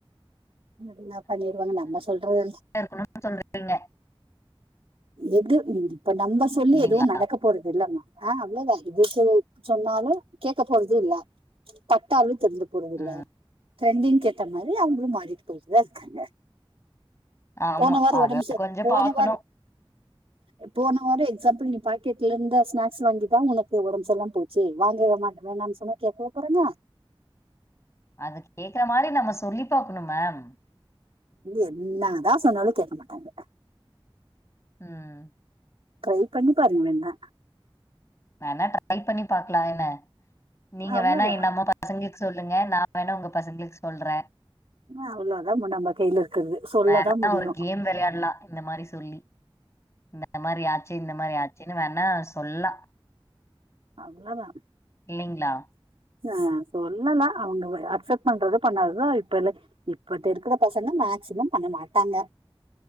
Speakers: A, on the right; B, on the left.
A: எல்லா பண்ணிருவாங்க நம்ம சொல்றது
B: இருக்கனு சொல்லுறீங்க
A: எது இப்ப நம்ப சொல்லி
B: இல்லீங்களா?
A: எதுவு நடக்க போறதில்லம்மா ஆ அவ்ளோதா இதுக்கு சொன்னாலு கேக்க போறதில்ல பட்டாலு திர்ந்து போறதில்ல
B: ம்.
A: ட்ரெண்டிங்கேத்த மாரி அவுங்ளு மாறிட்டு போய்ட்டுதா இருக்காங்க
B: ஆமா.
A: போன வாரோ
B: அத
A: ஒடம் சர்
B: கொஞ்சம்
A: போன
B: பாக்கணும்.
A: வாரோ எ போன வாரோ எக்ஸாம்பிள் நீ பாக்கெட்லந்த ஸ்நாக்ஸ் வாங்கிதா உனக்கு ஒடம் சர்ல்லாம போ ச்சு வாங்கவே மாட் வேணான் சொன்னா கேக்கவா போறாங்க
B: அது கேக்குற மாரி நம்ம சொல்லி பாக்கனு மேம்
A: என்னா தா சொன்னாலு கேக்க மாட்டாங்க
B: ம்
A: ட்ரை பண்ணி பாருங்க வேணா
B: வேணா ட்ரை பண்ணி பாக்லா என்ன நீங்க
A: அவ்வளவுதான்
B: வேணா எ நம்ம பசங்ளுக்கு சொல்லுங்க நா வேணா உங்க பசங்ளுக்கு சொல்றே
A: அவ்ளதா போ நம்ப கைலருக்கறது சொல்லதா
B: வேணா
A: முடியு
B: ஒரு கேம் விளையாடலாம். இந்த மாரி சொல்லி. இந்த மாரி ஆச்சி இந்த மாரி ஆச்சின்ன வேணா சொல்லா
A: அவ்ள தா
B: இல்லைங்ளா
A: ஆ சொல்லலா அவுங்க அக்செப்ட் பண்றது பண்ணாதது இப்பில்ல இப்பத்தருக்ற பசங்க மேக்சிமம் பண்ண மாட்டாங்க